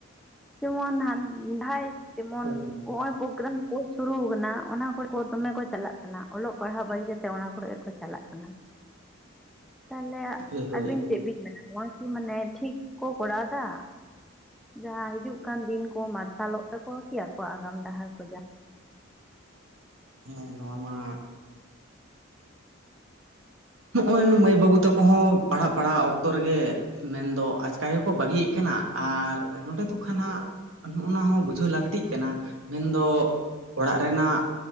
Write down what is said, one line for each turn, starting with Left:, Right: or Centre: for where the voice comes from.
Centre: ᱡᱮᱢᱚᱱ ᱦᱟᱱ ᱰᱟᱭ ᱡᱮᱢᱚᱱᱚ
Right: ᱦᱳᱭ
Centre: ᱯᱨᱳᱜᱽᱨᱟᱢ ᱠᱚ᱾ ᱥᱩᱨᱩ ᱠᱟᱱᱟ ᱚᱱᱟ ᱠᱚᱨᱮ ᱠᱚ ᱫᱚᱢᱮ ᱠᱚ ᱪᱟᱞᱟᱜ ᱠᱟᱱᱟ, ᱚᱞᱚᱜ ᱯᱟᱲᱦᱟᱣ ᱵᱟᱹᱜᱤ ᱠᱟᱛᱮ ᱚᱱᱟ ᱠᱚᱨᱮ ᱜᱮᱠᱚ ᱪᱟᱞᱟᱜ ᱠᱟᱱᱟ᱾ ᱛᱟᱦᱚᱸᱞᱮ
Right: ᱦᱳᱭ ᱦᱳᱭ
Centre: ᱟᱹᱵᱤᱱ
Right: ᱦᱳᱭ
Centre: ᱪᱮᱫ ᱵᱤᱱ ᱢᱮᱱᱟ ᱱᱚᱣᱟ ᱠᱤ ᱢᱟᱱᱮ ᱴᱷᱤᱠ ᱠᱚ ᱠᱚᱨᱟᱣ ᱫᱟ᱾ ᱡᱟᱦᱟᱸ ᱦᱤᱡᱩᱜ ᱠᱟᱱ ᱫᱤᱱ ᱠᱚ ᱢᱟᱨᱥᱟᱞᱚᱜ ᱛᱟᱠᱚᱣᱟ ᱠᱤ ᱟᱠᱚᱣᱟᱜ ᱟᱜᱟᱢ ᱰᱟᱦᱟᱨ ᱠᱚ ᱡᱟᱦᱟᱸ
Right: ᱦᱮᱸ ᱱᱚᱣᱟ ᱢᱟ
Centre: <unintelligible>
Right: ᱱᱚᱜᱼᱚᱭ ᱢᱟᱹᱭ ᱵᱟᱹᱵᱩ ᱛᱟᱠᱚ ᱦᱚᱸ ᱯᱟᱲᱦᱟᱜ ᱯᱟᱲᱦᱟᱜ ᱚᱠᱛᱚ ᱨᱮᱜᱮ ᱢᱮᱱᱫᱚ ᱟᱪᱠᱟ ᱜᱮᱠᱚ ᱵᱟᱹᱜᱤᱭᱮᱫ ᱠᱟᱱᱟ ᱟᱨ ᱱᱚᱸᱰᱮ ᱫᱚ ᱠᱷᱟᱱ ᱦᱟᱸᱜ ᱚᱱᱟ ᱦᱚᱸ ᱵᱩᱡᱷᱟᱹᱣ ᱞᱟᱹᱠᱛᱤᱜ ᱠᱟᱱᱟ ᱢᱮᱱᱫᱚ ᱚᱲᱟᱜ ᱨᱮᱱᱟᱜ